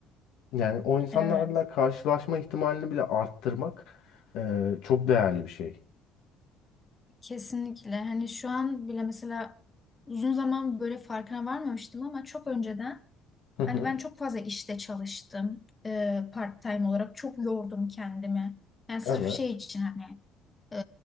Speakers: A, on the left; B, on the left.
A: Yani o insanlarla
B: Evet,
A: karşılaşma ihtimalini bile arttırmak e, çok değerli bir şey.
B: kesinlikle. Hani şu an bile mesela uzun zaman böyle farkına varmamıştım ama çok önceden
A: Hı hı.
B: hani ben çok fazla işte çalıştım e, part-time olarak. Çok yordum kendimi. Yani sırf
A: Evet.
B: şey için hani e,